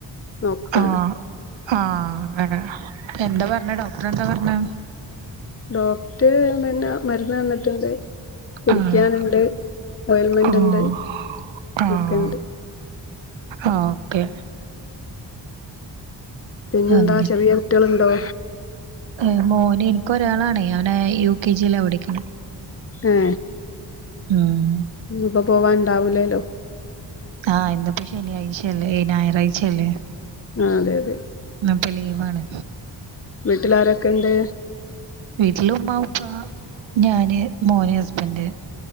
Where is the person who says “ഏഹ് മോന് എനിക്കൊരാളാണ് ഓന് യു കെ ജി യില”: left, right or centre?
Right